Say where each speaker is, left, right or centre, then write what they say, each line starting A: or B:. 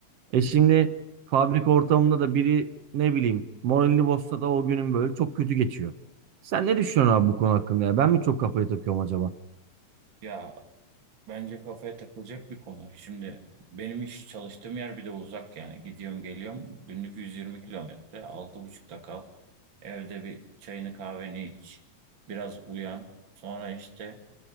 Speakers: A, on the right; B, on the right.
A: E şimdi fabrika ortamında da biri ne bileyim moralini bozsa da o günün böyle çok kötü geçiyor. Sen ne düşünüyorsun abi bu konu hakkında ya? Ben mi çok kafayı takıyorum acaba?
B: Ya bence kafaya takılacak bir konu. Şimdi benim iş çalıştığım yer bir de uzak yani. Gidiyorum geliyorum günlük 120 kilometre. altı buçukta kalk. Evde bir çayını kahveni iç. Biraz uyan. Sonra işte